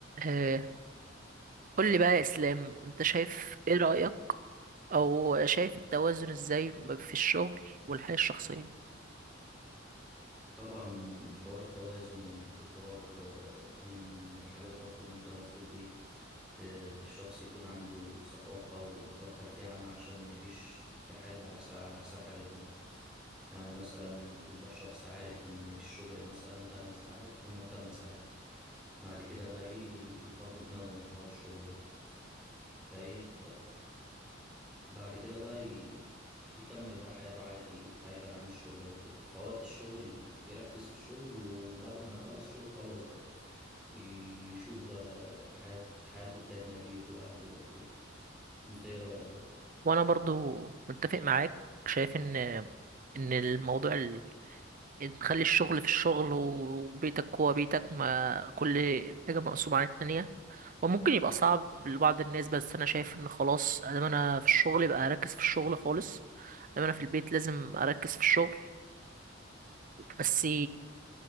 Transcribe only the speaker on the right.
آه، قول لي بقى يا اسلام انت شايف ايه رأيك او شايف التوازن ازاي في الشغل والحياة الشخصية
وانا برضو متفق معاك شايف ان ان الموضوع ال- إن تخلي الشغل في الشغل وبيتك هو بيتك ما كل حاجة مقسومة عن التانية وممكن يبقى صعب لبعض الناس بس انا شايف ان خلاص ادام انا في الشغل يبقى اركز في الشغل خالص ادام انا في البيت لازم اركز في الشغل بس